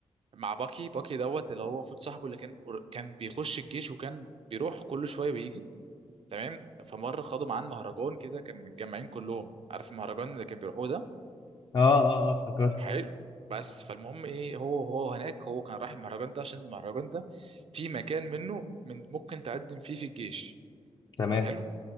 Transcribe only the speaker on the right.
مع باكي باكي دوت اللي هو المفروض صاحبه اللي كان كان بيخش الجيش وكان بيروح كل شويه ويجي تمام فمره خدوا معاه مهرجان كده كان متجمعين كلهم عارف المهرجان اللي كان بيروحوه ده
حلو بس فالمهم ايه هو هو هناك هو كان رايح المهرجان ده عشان المهرجان ده في مكان منه من ممكن تقدم فيه في الجيش
حلو